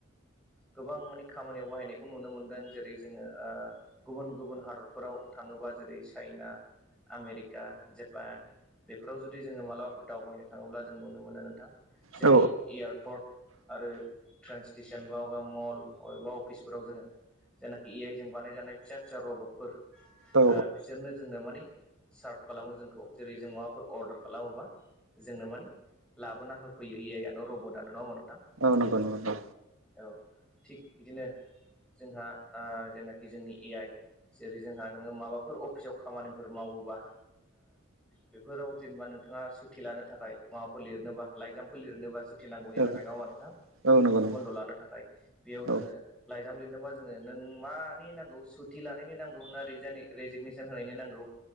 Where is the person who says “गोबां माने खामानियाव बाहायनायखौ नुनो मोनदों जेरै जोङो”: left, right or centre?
Centre